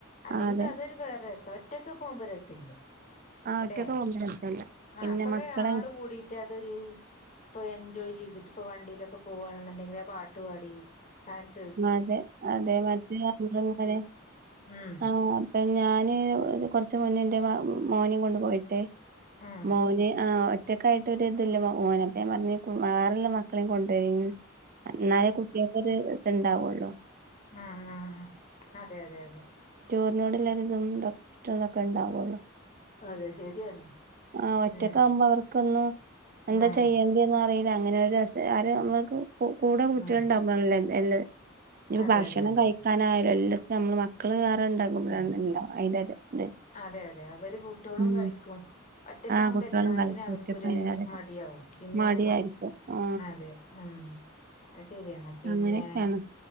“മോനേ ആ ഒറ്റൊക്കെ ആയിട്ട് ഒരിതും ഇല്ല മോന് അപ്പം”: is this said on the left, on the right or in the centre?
Right